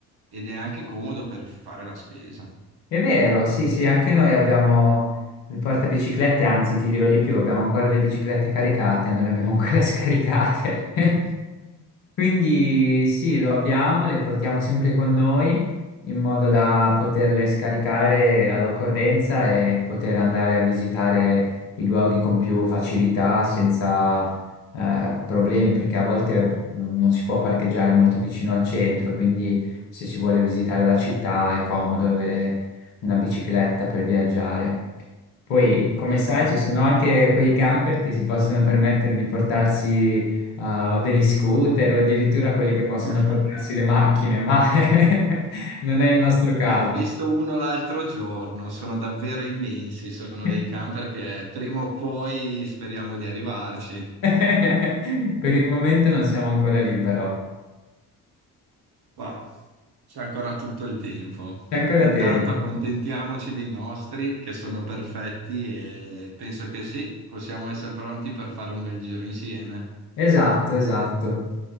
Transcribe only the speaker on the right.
ed è anche comodo per fare la spesa.
<laughs>
Sì,
esatto.
<laughs>
Ne ho visto uno l'altro giorno, sono davvero immensi, sono
dei camper che prima o poi speriamo di arrivarci,
ma c'è ancora tutto il tempo.
Intanto
accontentiamoci dei nostri che sono perfetti e penso che sì, possiamo essere pronti per fare un bel giro insieme.